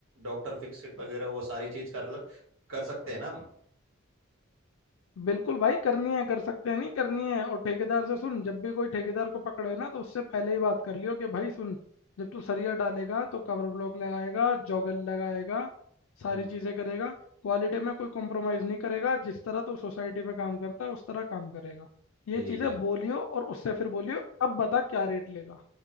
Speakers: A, on the right (about 85°); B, on the left (about 80°).
A: डॉक्टर फिक्सिट वगैरह वो सारी चीज कर कर सकते हैं ना हम
B: बिल्कुल भाई करनी है कर सकते हैं नहीं करनी है और ठेकेदार से सुन जब भी कोई ठेकेदार को पकड़े ना तो उससे पहले ही बात कर लियो कि भाई सुन जब तू सरिया डालेगा तो कवर ब्लॉक लगाएगा जोगल लगाएगा सारी
A: हम्म
B: चीज़ें करेगा क्वालिटी में कोई कॉम्प्रोमाइज़ नहीं करेगा जिस तरह तू सोसाइटी में काम करता है उस तरह काम करेगा ये
A: ठीक
B: चीज़ें
A: है
B: बोलियो और उससे फिर बोलियो अब बता क्या रेट लेगा